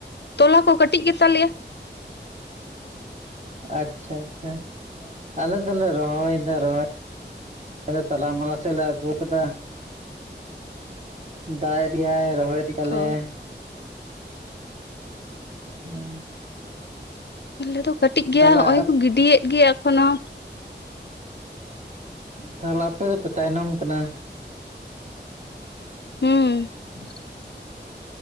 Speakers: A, on the left; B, on the right.
A: ᱛᱚᱞᱟ ᱠᱚ ᱠᱟᱹᱴᱤᱡ ᱜᱮᱛᱟ ᱞᱮᱭᱟ ᱾
B: ᱟᱪᱪᱷᱟ ᱟᱪᱪᱷᱟ ᱟᱞᱮ ᱫᱚᱞᱮ ᱨᱚᱦᱚᱭ ᱫᱟ ᱨᱚᱦᱚᱭ ᱟᱞᱮ ᱫᱚ ᱛᱟᱞᱟᱢᱟᱞᱟ ᱥᱮᱜ ᱞᱮ ᱟᱹᱜᱩ ᱠᱟᱫᱟ ᱾ ᱫᱟᱭ ᱤᱫᱤᱭᱟᱭ ᱨᱚᱦᱚᱭ ᱫᱟᱞᱮ
A: ᱚ
B: ᱾ ᱦᱩᱸ᱾
A: ᱟᱞᱮ ᱫᱚ ᱠᱟᱹᱴᱤᱡ ᱜᱮᱭᱟ
B: ᱛᱟᱦᱚᱞᱮ
A: ᱦᱚᱜᱼᱚᱭ ᱠᱚ ᱜᱤᱰᱤᱭᱮᱫ ᱜᱮᱭᱟ ᱮᱠᱷᱚᱱᱳ᱾
B: ᱛᱟᱦᱚᱞᱮ ᱟᱯᱮ ᱫᱚᱯᱮ ᱛᱟᱭᱱᱚᱢ ᱠᱟᱱᱟ ᱾
A: ᱦᱩᱸ ᱾